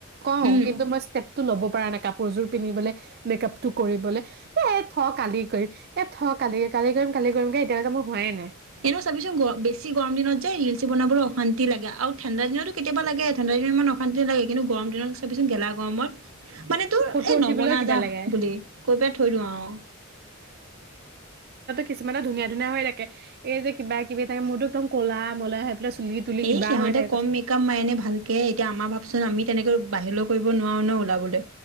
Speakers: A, on the right; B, on the right.
A: কওঁ,
B: উম,
A: কিন্তু মই স্টেপ তটো ল'ব পৰা নাই কাপোৰযোৰ পিন্ধিবলে, মেকআপ টো কৰিবলে। এ, থ কালি কৰিম এ, থ কালি-কালি কৰিম কালি কৰিম কে এতিয়ালৈকে মোৰ হোৱাই নাই।
B: এনেও চাবিচোন গ বেছি গৰম দিনত যে ৰিলচ বনাবলৈ অশান্তি লাগে, আও ঠাণ্ডা দিনতো কেতিয়াবা লাগে ঠাণ্ডা দিনত ইমান অশান্তি নালাগে, কিন্তু গৰম দিনত চাবিচোন গেলা গৰমত মানে তোৰ
A: ফটো
B: এই,
A: উঠিবলৈও
B: নবনাও
A: কিবা
B: যাহ
A: লাগে
B: বুলি কৈ পেলাই থৈ দিওঁ আও।
A: কিছুমানৰ ধুনীয়া-ধুনীয়া হৈ থাকে এই যে, কিবা-কিবি মোৰতটো একদম ক'লা ম'লা হৈ পেলাই চুলি তুলি কিবা
B: এই, সিহঁতে
A: হৈ থাকে কৈছে
B: কম মেকআপ মাইনে ভালকে এতিয়া আমাৰ ভাবচোন আমি তেনেকৈ বাহিৰলৈ কৰিব নোৱাৰোঁ ন ওলাবলৈ।